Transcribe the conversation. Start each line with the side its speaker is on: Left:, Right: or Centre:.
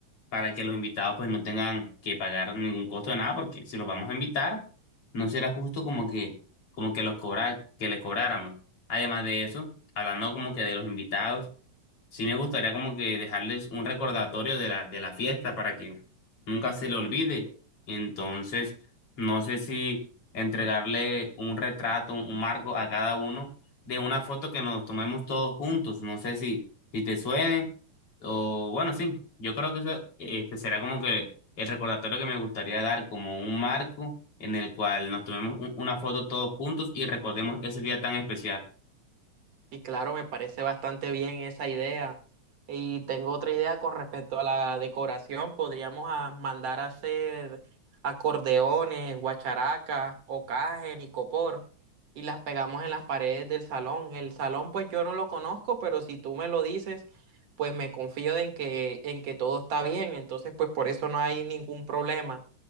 Left: para que los invitados pues no tengan que pagar ningún costo de nada, porque si los vamos a invitar, no será justo como que, como que los cobrar, que les cobráramos. Además de eso, hablando como que de los invitados. Sí me gustaría como que dejarles un recordatorio de la, de la fiesta para que nunca se le olvide. Entonces, no sé si entregarle un retrato, un un marco a cada uno de una foto que nos tomemos todos juntos. No sé si, si te suene o bueno, sí, yo creo que eso, este será como que el recordatorio que me gustaría dar como un marco en el cual nos tomemos un- una foto todos juntos y recordemos ese día tan especial.
Right: Y claro, me parece bastante bien esa idea. Y tengo otra idea con respecto a la decoración. Podríamos a- mandar a hacer acordeones, guacharacas, ocajen y copor. Y las pegamos en las paredes del salón. El salón, pues yo no lo conozco, pero si tú me lo dices, pues me confío en que, en que todo está bien. Entonces, pues por eso no hay ningún problema.